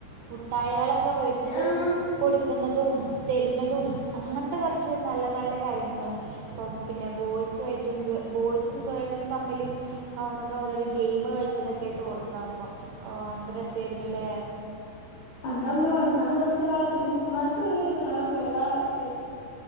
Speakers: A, on the right (about 80°); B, on the left (about 60°).
A: മുട്ടായയാളൊ ഒക്കെ മേടിച്ചിട്ട്
B: ആഹ്
A: കൊടുക്ക കന്നതും തരഞ്ഞതും അങ്ങനത്തെ കുറച്ച് നല്ല നല്ല കാര്യങ്ങൾ ഇപ്പം പിന്നെ ബോയ്സു ആമായിട്ടും ബോയ്സും ഗേൾസും തമ്മിൽ നമ്മൾ ഓരോരോ ഗെയിം് കളിച്ചതൊക്കെയ ആയിട്ട് ഓർക്കണം അപ്പോൾഓ അന്തരസ ആയിരുന്നുല്ലേ
B: അന്ന് നമ്മള് അന്ന് നമ്മൾ പഠിച്ച കാലത്തെ മിസ്സുമാർക്കും ഒരു വേറെ പേരാ എത്തേ